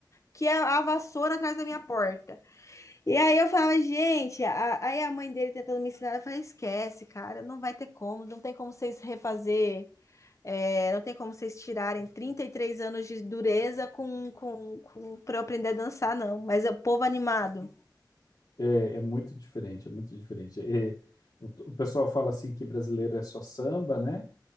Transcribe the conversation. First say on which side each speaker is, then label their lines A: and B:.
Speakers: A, on the left; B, on the left.
A: que a, a vassoura atrás da minha porta. E aí eu falava, gente, a- aí a mãe dele tentando me ensinar, eu falei, esquece, cara, não vai ter como, não tem como vocês refazer, é, não tem como vocês tirarem 33 anos de dureza com, com, com, pra eu aprender a dançar, não. Mas é o povo animado.
B: É, é muito diferente, é muito diferente. É, o, o pessoal fala assim que brasileiro é só samba, né?